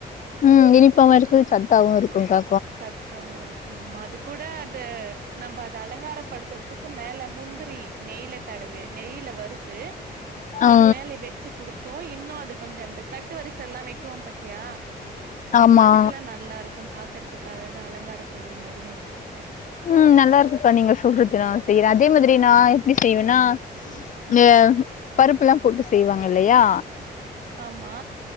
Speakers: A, on the left; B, on the right.
A: ம் இனிப்பாவு இருக்கு சத்தாவு இருக்குக்கா
B: சத்தவு இருக் ஆமா அது கூட அது நம்ப அத அலங்காரப்படுத்துறதுக்கு மேல முந்திரி நெய்ல கடவே நெய்ல வறுத்து அது
A: ஆ
B: மேல வெச்சு குடுத்தோ இன்னு அது கொஞ்சோ அந்த தட்டு வரிச எல்லா வைக்குவோ பாத்தியா
A: ஆமா
B: அதுக்கெல்லா நல்லா இருக்கு பாக்குறதுக்கு அழக அலங்கார பொருள் மாரியே இருக்கு
A: ம் நல்லா இருக்குக்கா நீங்க சொல்றது நா செய்யறே அதே மாரி நா எப்டி செய்வேன்னா இ ஆ பருப்பு எல்லா போட்டு செய்வாங்க இல்லையா
B: ஆமா